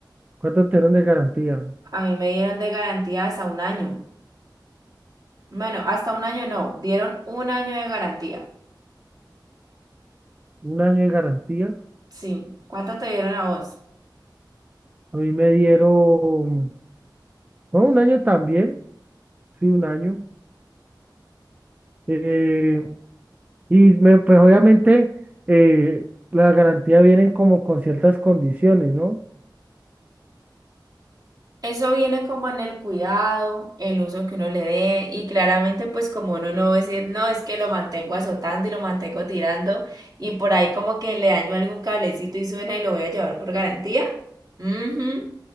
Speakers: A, on the right; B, on the right.
A: ¿Cuánto te dieron de garantía?
B: A mí me dieron de garantía hasta un año. Bueno, hasta un año no. Dieron un año de garantía.
A: ¿Un año de garantía?
B: Sí. ¿Cuánto te dieron a vos?
A: A mí me dieron, no, un año también, sí, un año. Eh, y me, pues obviamente eh, la garantía vienen como con ciertas condiciones, ¿no?
B: Eso viene como en el cuidado, el uso que uno le dé y claramente pues como uno no va a decir, no, es que lo mantengo azotando y lo mantengo tirando y por ahí como que le daño algún cablecito y suena y lo voy a llevar por garantía. Ujú.